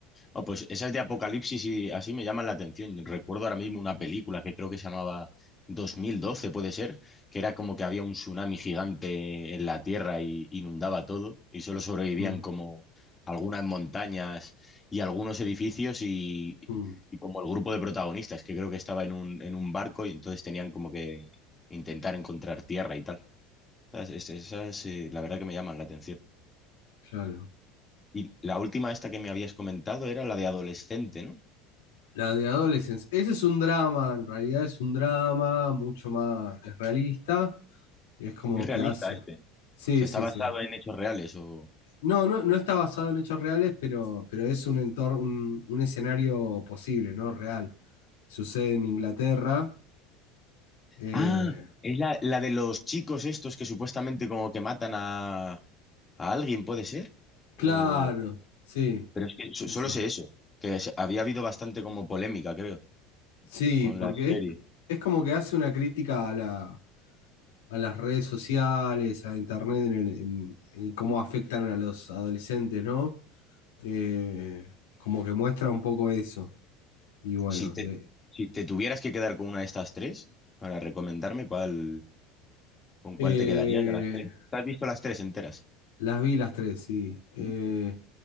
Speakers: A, on the left (about 20°); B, on the left (about 90°).
A: Ah, pues esas de Apocalipsis y así me llaman la atención. Recuerdo ahora mismo una
B: Mm,
A: película que creo que se llamaba 2012, puede ser, que era como que había un tsunami gigante en la Tierra y inundaba todo y solo sobrevivían
B: mm,
A: como algunas montañas y algunos edificios y,
B: mm,
A: y como el grupo de protagonistas, que creo que estaba en un, en un barco y entonces tenían como que intentar encontrar tierra y tal. Esas, es- esas, eh, la verdad que me llaman la atención.
B: claro.
A: Y la última esta que me habías comentado era la de adolescente, ¿no?
B: La de Adolescence. Ese es un drama, en realidad es un drama mucho más es realista. Y es como
A: Es realista
B: que hace.
A: este. O
B: Sí,
A: sea,
B: sí,
A: está basado
B: sí.
A: en hechos reales o...
B: No, no, no está basado en hechos reales, pero, pero es un entorno, un, un escenario posible, ¿no? Real. Sucede en Inglaterra. Eh,
A: Ah, es la, la de los chicos estos que supuestamente como que matan a, a alguien, ¿puede ser?
B: claro,
A: O...
B: sí.
A: Pero es que
B: Sí,
A: so- solo
B: sí.
A: sé eso, que se- había habido bastante como polémica, creo,
B: Sí,
A: con
B: porque
A: la serie.
B: es, es como que hace una crítica a la, a las redes sociales, a internet en el- en- y cómo afectan a los adolescentes, ¿no? Eh, como que muestra un poco eso. Y bueno,
A: Si te,
B: y- eh,
A: si te tuvieras que quedar con una de estas tres, para recomendarme cuál, con
B: eh,
A: cuál te quedarías de las tres. ¿Te has visto las tres enteras?
B: las vi las tres, sí. Eh,
A: Sí.